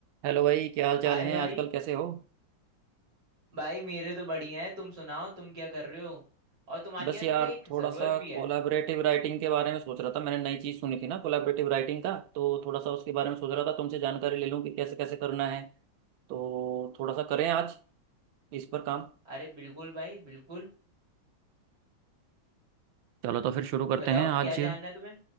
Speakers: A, on the right; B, on the right.
A: Hello भाई क्या हाल चाल
B: हाय
A: है
B: भाई
A: आजकल कैसे हो
B: भाई मेरे तो बढ़िया है तुम सुनाओ तुम क्या कर रहे हो और तुम्हारी
A: बस
B: है ना
A: यार
B: मेरे को एक
A: थोड़ा
B: जरूरत
A: सा
B: भी है
A: कोलाबरेटिव राइटिंग के बारे में सोच रहा था मैंने नई चीज़ सुनी थी ना कोलाबरेटिव राइटिंग का तो थोड़ा सा उसके बारे में सोच रहा था तुमसे जानकारी ले लूँ कि कैसे कैसे करना है तो थोड़ा सा करें आज इस पर काम
B: अरे बिल्कुल भाई बिल्कुल
A: चलो तो फिर शुरू करते
B: बताओ
A: हैं आज
B: क्या जानना है तुम्हें